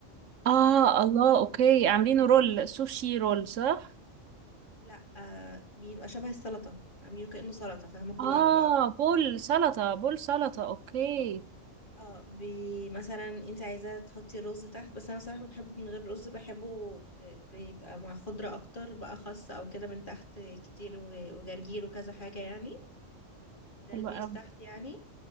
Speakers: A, on the right; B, on the left.
A: اه
B: يعني
A: الله اوكي عاملينه رول سوشي رول صح
B: لا آه بيبقى شبه السلطه عاملينه كانه سلطه فاهمه كله
A: اه
B: على بعضه
A: بول سلطة بول سلطة اوكي
B: اه بي مثلا انت عايزه تحطي الرز تحت بس انا صراحه بحبه من غير رز بحبه ب- بيبقى مع خضره اكتر بقى خس او كده من تحت كتير و- وجرجير وكذا حاجه يعني ده
A: حلوة
B: البيس
A: أوي
B: تحت يعني